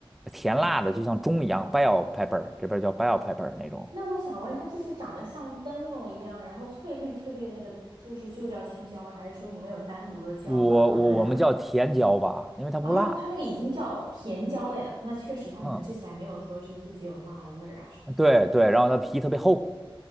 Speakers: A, in the centre; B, on the right.
A: 甜辣的，就像钟一样，bell pepper，这边叫 bell pepper 那种。
B: 那我想问，它就是长得像灯笼一样，然后翠绿翠绿的那个，就是就叫青椒吗？还是说你们有单独的叫法，
A: 我我我们叫甜椒吧，
B: 管它叫什么椒？
A: 因为它不辣。
B: 哦，它那个已经叫甜椒类了，那确实它可能吃起来没有说是自己有辣的味儿啊什么的。
A: 嗯，对对，然后它皮特别厚。